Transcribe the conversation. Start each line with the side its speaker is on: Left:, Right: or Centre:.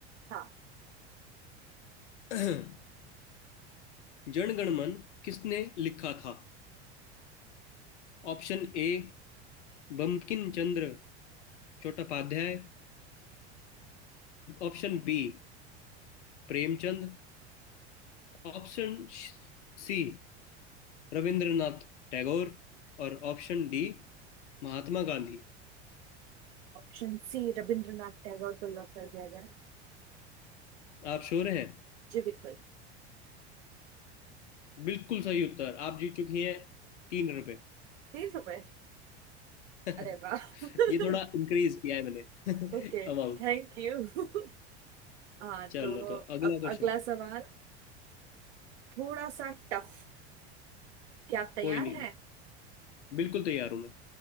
Right: हाँ
Left: <clears throat> जनगण मन किसने लिखा था Option A बंकिम चंद्र चट्टोपाध्याय Option B प्रेमचंद Option C रविंद्रनाथ टैगोर और ऑप्शन डी महात्मा गांधी
Right: ऑप्शन सी रविंद्रनाथ टैगोर को लॉक कर दिया जाए
Left: आप श्योर हैं
Right: जी बिल्कुल
Left: बिल्कुल सही उत्तर आप जीत चुकी हैं तीन रुपए
Right: तीस रुपए
Left: <laughs>
Right: अरे वाह <laughs>
Left: ये थोड़ा इंक्रीज किया है मैंने <laughs>
Right: ओके
Left: अमाउंट
Right: थैंक यू <laughs> हाँ
Left: चलो
Right: तो
Left: तो अगला
Right: अब
Left: क्वेश्चन
Right: अगला सवाल थोड़ा सा टफ क्या आप तैयार
Left: कोई नहीं
Right: हैं
Left: बिल्कुल तैयार हूं मैं